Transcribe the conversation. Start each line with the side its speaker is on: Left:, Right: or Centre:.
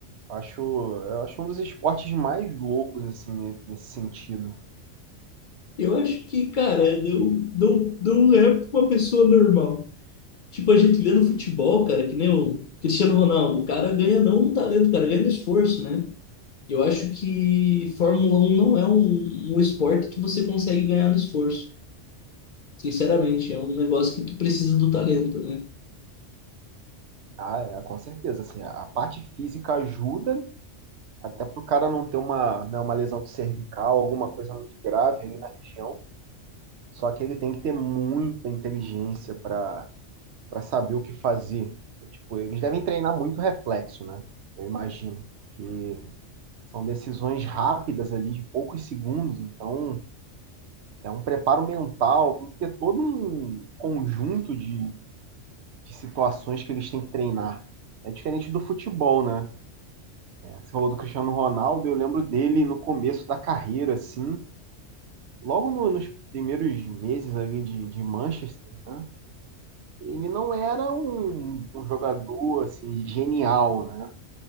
Right: Acho eu acho um dos esportes mais loucos, assim, ne nesse sentido.
Left: Eu acho que, cara, não, não, não é pra uma pessoa normal. Tipo, a gente vê no futebol, cara, que nem o Cristiano Ronaldo, o cara ganha não o talento, o cara ganha no esforço, né? Eu acho que Fórmula um não é um, um esporte que você consegue ganhar no esforço. Sinceramente, é um negócio que tu precisa do talento, né?
Right: Ah, é, com certeza, assim, a a parte física ajuda, até pro cara não ter uma, né, uma lesão cervical, alguma coisa muito grave ali na região, só que ele tem que ter muita inteligência para para saber o que fazer. Tipo, eles devem treinar muito reflexo, né, eu imagino, que são decisões rápidas ali de poucos segundos, então é um preparo mental, tem que ter todo um conjunto de de situações que eles têm que treinar. É diferente do futebol, né? Você falou do Cristiano Ronaldo, eu lembro dele no começo da carreira, assim, logo no, nos primeiros meses ali de, de Manchester, né? Ele não era um, um jogador, assim, genial, né?